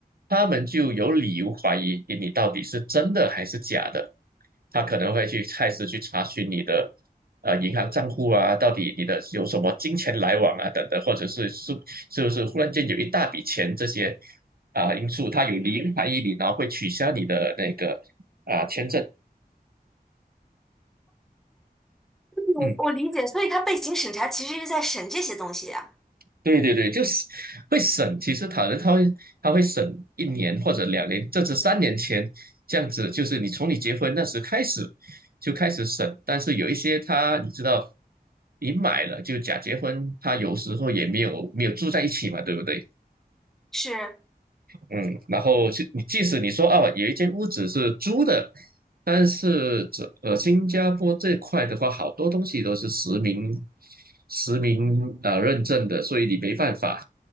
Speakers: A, on the right; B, in the centre.
A: 他们就有理由怀疑诶你到底是真的还是假的，他可能会去开始去查询你的。呃，银行账户啊，到底你的有什么金钱来往啊，等等，或者是是是不是忽然间有一大笔钱这些啊、因素，它有零还一零，然后会取消你的那个啊、签证。
B: 我我理解，
A: 嗯，
B: 所以他背景审查其实是在审这些东西呀。
A: 对对对，就是会省。其实可能他会他会省一年或者两年，甚至三年前这样子，就是你从你结婚那时开始就开始省。但是有一些他你知道，你买了就假结婚，他有时候也没有没有住在一起嘛，对不对？
B: 是，
A: 嗯，然后即即使你说哦，有一间屋子是租的，但是这呃新加坡这块的话，好多东西都是实名实名呃认证的，所以你没办法，